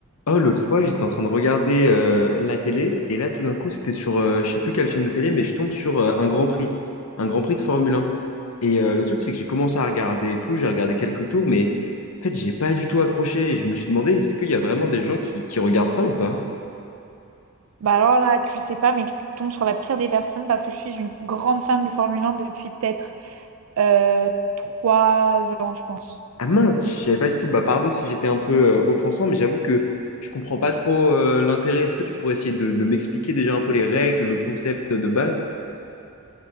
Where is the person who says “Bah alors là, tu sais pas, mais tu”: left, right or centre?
Right